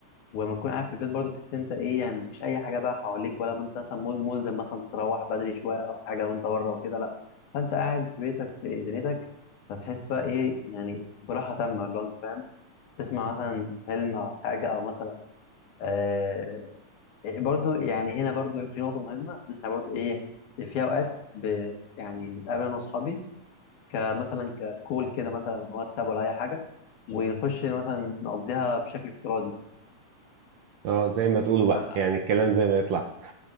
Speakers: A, on the left; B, on the right.
A: ولما تكون قاعد في البيت برضه بتحس إن انت ايه يعني مفيش اي حاجه بقى حواليك ولا ما انت مثلا مل- ملزم مثلا تروح بدري شويه او حاجه وانت بره وكده لا فانت قاعد في بيتك في دنيتك فتحس بقى ايه يعني براحه تامه اللي هو انت فاهم تسمع مثلا فيلم او حاجه او مثلا آه برضو يعني هنا برضو في نقطة مهمة إن إحنا برضو إيه في أوقات ب يعني نتقابل أنا وأصحابي كمثلا ككول كده مثلا واتساب ولا أي حاجة ونخش مثلا نقضيها بشكل افتراضي
B: اه زي ما تقولوا بقى
A: فاهم
B: يعني الكلام زي ما يطلع